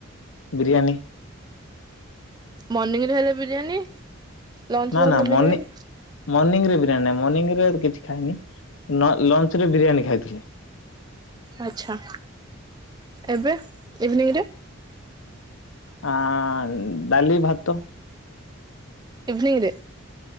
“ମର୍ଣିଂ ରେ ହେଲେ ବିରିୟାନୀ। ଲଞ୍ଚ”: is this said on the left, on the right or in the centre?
Right